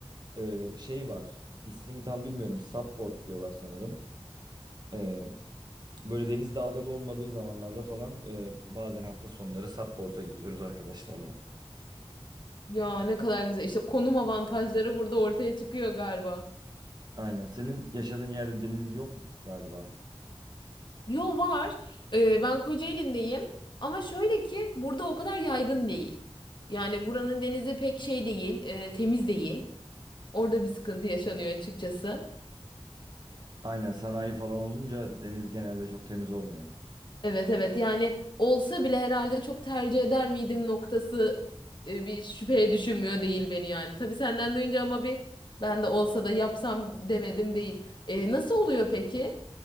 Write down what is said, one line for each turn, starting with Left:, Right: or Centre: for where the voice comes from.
Right: e, şey var. İsmini tam bilmiyorum. Supboard diyorlar sanırım. E, Böyle deniz dalgalı olmadığı zamanlarda falan e, bazen hafta sonları Subboard'a gidiyoruz arkadaşlarla.
Left: Ya ne kadar güzel. İşte konum avantajları burada ortaya çıkıyor galiba.
Right: Aynen. Senin yaşadığın yerde deniz yok mu galiba?
Left: Yo var. Ee, ben Kocaeli'ndeyim. Ama şöyle ki burada o kadar yaygın değil. Yani buranın denizi pek şey değil, e, temiz değil. Orada bir sıkıntı yaşanıyor açıkçası.
Right: Aynen sanayi falan olunca deniz genelde çok temiz olmuyor.
Left: Evet evet yani olsa bile herhalde çok tercih eder miydim noktası e, bir şüpheye düşürmüyor değil beni yani. Tabii senden duyunca ama bir ben de olsa da yapsam demedim değil. E, nasıl oluyor peki?